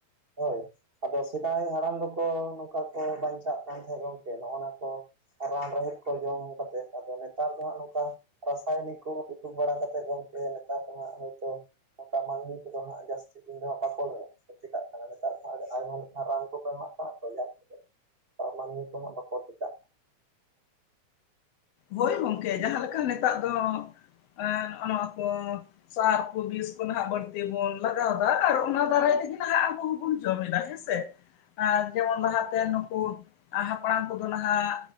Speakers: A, on the right; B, on the left.
A: ᱦᱳᱭ᱾ ᱟᱫᱚ ᱥᱮᱫᱟᱭ ᱦᱟᱲᱟᱢ ᱫᱚᱠᱚ ᱱᱚᱠᱟ ᱠᱚ ᱵᱟᱧᱪᱟᱜ ᱠᱟᱱ ᱛᱟᱦᱮᱸᱫ ᱜᱚᱝᱠᱮ ᱱᱚᱜᱼᱚ ᱱᱟ ᱠᱚ ᱨᱟᱱ ᱨᱮᱦᱮᱫ ᱠᱚ ᱡᱚᱢ ᱠᱟᱛᱮᱜ ᱟᱫᱚ ᱱᱮᱛᱟᱨ ᱫᱚ ᱦᱟᱸᱜ ᱱᱚᱝᱠᱟ᱾ ᱨᱟᱥᱟᱭᱚᱱᱤᱠ ᱠᱚ ᱩᱛᱩ ᱵᱟᱲᱟ ᱠᱟᱛᱮᱜ ᱜᱚᱝᱠᱮ ᱱᱮᱛᱟᱨ ᱫᱚ ᱦᱟᱸᱜ ᱦᱳᱭᱛᱳ ᱚᱱᱠᱟ ᱢᱟᱹᱱᱢᱤ ᱠᱚᱫᱚ ᱦᱟᱸᱜ ᱡᱟᱹᱥᱛᱤ ᱤᱱ ᱫᱚ ᱵᱟᱠᱚ ᱫᱚ ᱴᱷᱤᱠᱟᱜ ᱠᱟᱱᱟ ᱱᱮᱛᱟᱨ ᱫᱚ ᱟᱭᱢᱟᱠᱟᱱ ᱨᱟᱱ ᱠᱚᱠᱚ ᱮᱢᱟᱜ ᱠᱟᱱᱟ ᱛᱚ ᱡᱚᱨ ᱟᱨ ᱢᱟᱹᱱᱢᱤ ᱠᱚᱦᱚ ᱵᱟᱠᱩ ᱪᱤᱠᱟᱜ
B: ᱦᱳᱭ ᱜᱚᱝᱠᱮ ᱡᱟᱦᱟᱸᱞᱮᱠᱟ ᱱᱮᱛᱟᱨ ᱫᱚ ᱮᱜ ᱱᱚᱜᱼᱚᱣᱟ ᱠᱚ ᱥᱟᱨ ᱠᱚ ᱵᱤᱥ ᱠᱚ ᱱᱟᱦᱟᱜ ᱵᱟᱹᱲᱛᱤ ᱵᱚᱱ ᱞᱟᱜᱟᱣᱫᱟ᱾ ᱟᱨ ᱚᱱᱟ ᱫᱟᱨᱟᱭ ᱛᱮᱜᱮ ᱱᱟᱜ ᱟᱵᱚ ᱵᱚᱱ ᱡᱚᱢ ᱮᱫᱟ ᱦᱮᱥᱮ? ᱟᱨ ᱡᱮᱢᱚᱱ ᱞᱟᱦᱟᱛᱮ ᱱᱩᱠᱩ ᱦᱟᱯᱲᱟᱢ ᱠᱚᱫᱚ ᱱᱟᱦᱟᱜ